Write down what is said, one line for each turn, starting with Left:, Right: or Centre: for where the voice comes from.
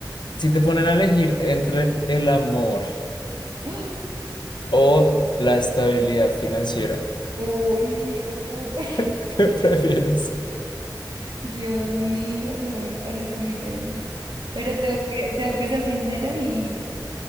Left: Si te ponen a elegir entre el amor
Right: ¡Ah!
Left: o la estabilidad financiera,
Right: Uy, hueputo. <laughs>
Left: <laughs> ¿qué prefieres?
Right: Dios mío, no me parece muy densa. Pero tengo que, tengo que ser sincera y,